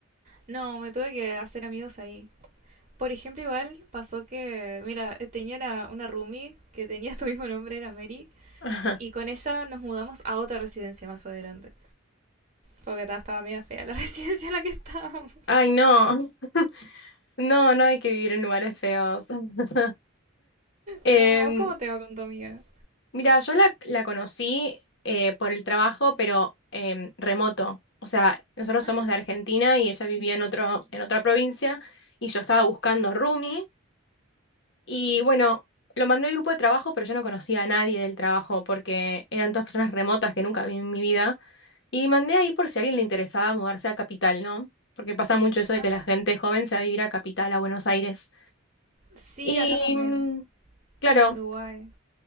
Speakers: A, on the right; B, on the left.
A: No, me tuve que hacer amigos ahí. Por ejemplo, igual pasó que, mira, eh, tenía una, una roomie que tenía tu mismo nombre, era Mary,
B: <laughs>
A: y con ella nos mudamos a otra residencia más adelante. Porque ta- estaba media fea la <laughs> residencia en la que estábamos.
B: Ay, no, no, no hay que vivir en lugares feos. <laughs> Em,
A: No, ¿vos cómo te va con tu amiga?
B: Mira, yo la, la conocí eh, por el trabajo, pero em, remoto. O sea, nosotros
A: Ah,
B: somos de Argentina y ella vivía en otro, en otra provincia y yo estaba buscando roomie. Y bueno, lo mandé al grupo de trabajo, pero yo no conocía a nadie del trabajo porque eran todas personas remotas que nunca vi en mi vida. Y mandé ahí por si a alguien le interesaba mudarse a Capital, ¿no? Porque pasa mucho eso de
A: ah.
B: que la gente joven se va a vivir a Capital, a Buenos Aires.
A: sí,
B: Y
A: acá también,
B: mm, claro.
A: en Uruguay.